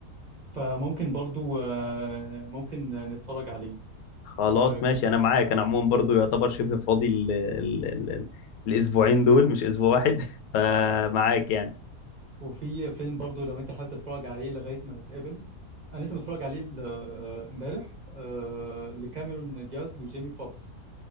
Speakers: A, on the right; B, on the left.
A: فممكن برضو آه، ممكن نتفرج عليه
B: خلاص
A: ايه رايك
B: ماشي انا معاك انا عموما برضو يعتبر شبه فاضي ال ال ال ال الاسبوعين دول مش اسبوع واحد <laughs> فمعاك يعني
A: وفي فيلم برضو لو انت حابب تتفرج عليه لغايه ما نتقابل انا لسه متفرج عليه ال- آه، امبارح آه، لكاميرون دياز وجيمي فوكس